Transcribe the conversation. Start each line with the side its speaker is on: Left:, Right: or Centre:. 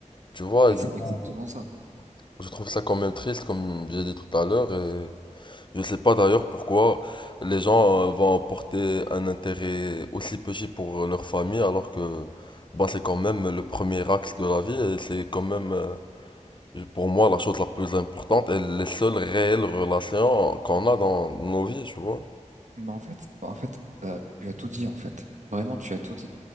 Left: Tu vois,
Right: mais
Left: et du
Right: c'est
Left: coup,
Right: exactement ça.
Left: je trouve ça quand même triste, comme j'ai dit tout à l'heure, et je sais pas d'ailleurs pourquoi les gens euh, vont porter un intérêt aussi petit pour leur famille alors que, bah, c'est quand même le premier axe de la vie et c'est quand même. euh, pour moi, la chose la plus importante est les seules réelles relations qu'on a dans nos vies, tu vois.
Right: Mais en fait, en fait, euh, tu as tout dit, en fait. Vraiment, tu as tout dit.